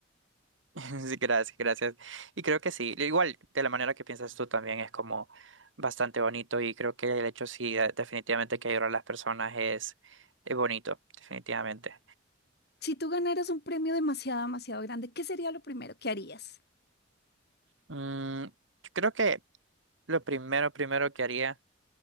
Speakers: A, on the right (about 85°); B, on the left (about 55°).
A: <laughs> Sí, gracias, gracias. Y creo que sí, igual de la manera que piensas tú también es como bastante bonito y creo que el hecho sí, eh, definitivamente que ayudar a las personas es, es bonito, definitivamente.
B: Si tú ganaras un premio demasiado, demasiado grande, ¿qué sería lo primero que harías?
A: Mm, yo creo que lo primero, primero que haría,